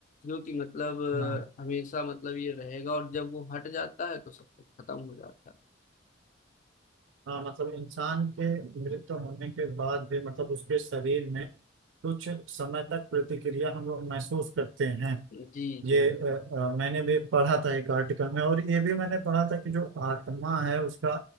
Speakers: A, on the left (about 40°); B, on the right (about 70°).
A: जो कि मतलब
B: हाँ
A: अ, हमेशा मतलब ये रहेगा और जब वो हट जाता है तो सब कुछ खत्म हो जाता
B: हाँ मतलब इंसान के मृत्यु होने के बाद भी मतलब उसके शरीर में कुछ समय तक प्रतिक्रिया हम लोग महसूस करते हैं
A: है जी
B: ये
A: जी
B: अ, अ, मैंने भी पढ़ा था एक आर्टिकल में और ये भी मैंने पढ़ा था कि जो आत्मा है उसका